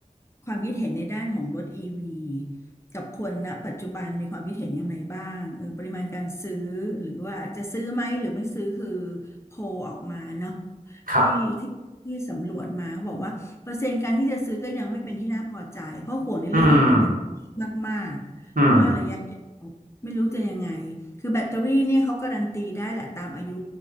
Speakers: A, on the left; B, on the right.
A: ความคิดเห็นในด้านของรถอีวีกับคนณปัจจุบันมีความคิดเห็นยังไงบ้างเออปริมาณการซื้อหรือว่าจะซื้อไหมหรือไม่ซื้อคือโพลออกมาเนาะ
B: ครับ
A: ที่ที่ที่สำรวจมาเขาบอกว่าเปอร์เซ็นต์การที่จะซื้อก็ยังไม่เป็นที่น่าพอใจเพราะห่วงในเรื่องของ
B: อืม
A: m a i เ t e n a n c e มากๆเพราะว่าระยะยาวไม่รู้จะยังไง
B: อืม
A: คือแบตเตอรี่เนี่ยเขาการันตีได้แหละตามอายุ